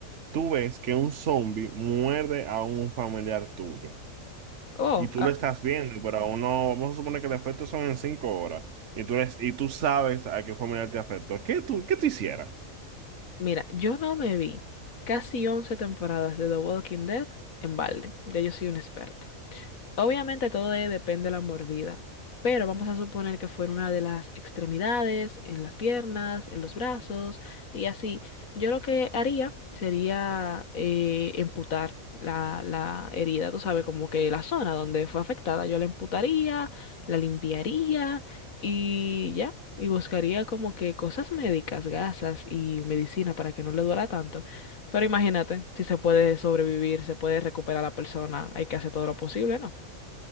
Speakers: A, on the right; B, on the left.
A: tú ves que un zombie muerde a un familiar tuyo
B: Oh,
A: y tú
B: ah,
A: lo estás viendo, pero aún no, vamos a suponer que los efectos son en cinco horas y tú, eres- y tú sabes a qué familiar te afectó, ¿qué tú, qué tú hicieras?
B: mira, yo no me vi casi 11 temporadas de The Walking Dead en balde. Ya yo soy una experta. Obviamente todo de- depende de la mordida, pero vamos a suponer que fuera una de las extremidades, en las piernas, en los brazos y así. Yo lo que haría sería eh, amputar la, la herida, tú sabes, como que la zona donde fue afectada, yo la amputaría, la limpiaría y ya. Y buscaría como que cosas médicas, gasas y medicina para que no le duela tanto. Pero imagínate, si se puede sobrevivir, se puede recuperar la persona, hay que hacer todo lo posible, ¿no?